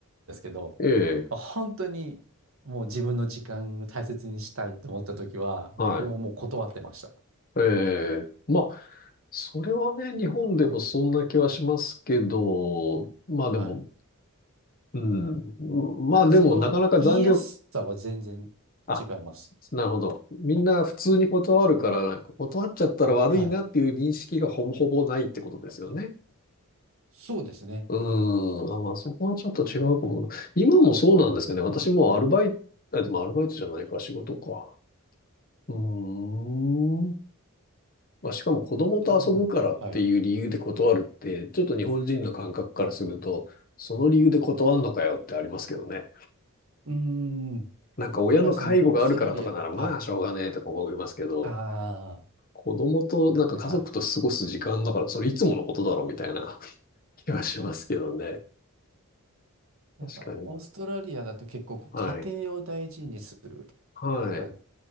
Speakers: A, on the right (about 65°); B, on the left (about 40°).
A: ですけど、
B: ええ、
A: あ本当にもう自分の時間を大切にしたいと思った時は、
B: はい。
A: 僕ももう断ってました。
B: ええ、まあ、それはね、日本でもそんな気はしますけど、まあでも、
A: はい。
B: うん、まあでも、
A: で、その言いやすさは全然違います。
B: なかなか残業、あ、なるほど。みんな普通に断るから、なんか断っちゃったら悪いなっていう認識がほぼほぼないってことですよね。
A: はい。そうですね。っ
B: うーん、あまあそこはちょっと違うかも。今もそうなんですかね。私もうアルバイト、あでもアルバイトじゃないか、仕事か。うーん。まあ、しかも子供と遊ぶからっていう理由で断るって、
A: ていうのが、はい。
B: ちょっと日本人の感覚からすると、その理由で断んのかよってありますけどね。
A: うーん。
B: なんか親の介護があるからとかならまあしょうがねえとか思いますけど、
A: やっぱりそのオーストラリア、はい。ああ、
B: 子供となんか家族と過ごす時間だからそれいつものことだろうみたいな
A: なんか、
B: <laughs> 気がしますけどね。
A: なんかオーストラリアだと結構こう家庭を大事にする
B: 確かに。はい。はい。
A: とか、